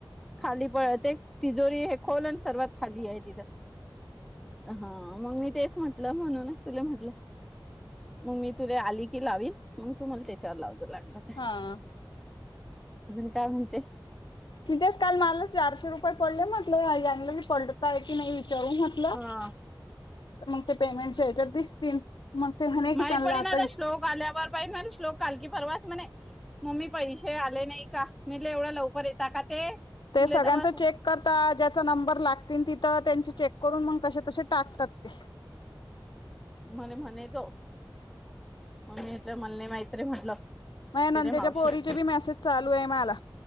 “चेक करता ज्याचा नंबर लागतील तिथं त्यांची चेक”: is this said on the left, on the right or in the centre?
Left